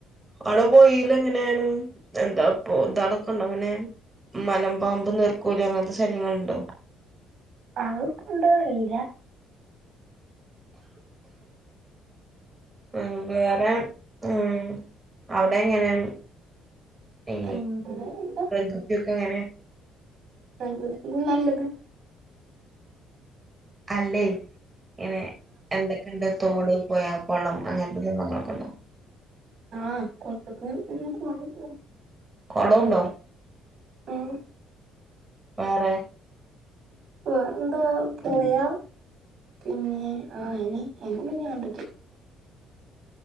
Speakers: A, on the right; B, on the right.
A: അവിടെ പൊയിലെ ങ്ങനെയാണ് എന്താ പൊതേളക്കണ്ടൊ അങ്ങനെയ മലമ്പാമ്പ് നീർക്കൂലി അങ്ങനത്തെ സ്ഥലങ്ങളുണ്ടോ
B: ആഹ്പ്പണ്ടോ അറിയില്ല
A: ആഹ് വേറെ ഉം അവിടെ എങ്ങനെ ഏ
B: എങ്ങനെ
A: പ്രകൃതിയൊക്കെ എങ്ങനെ
B: എങ്കിൽ പിന്നെ നല്ലത്
A: അല്ലേ ഇങ്ങനെ എന്തൊക്കെണ്ട് തോട് പോയാ കൊളം അങ്ങനത്തെ സംഭങ്ങളൊക്കെ ഉണ്ടോ
B: ആഹ് കൊളത്ത്ക്കേ <unintelligible>
A: കൊളൊണ്ടോ
B: ആഹ്
A: വേറെ
B: വേറെന്താ പൊയാ പിന്നെ ആയിനി <unintelligible>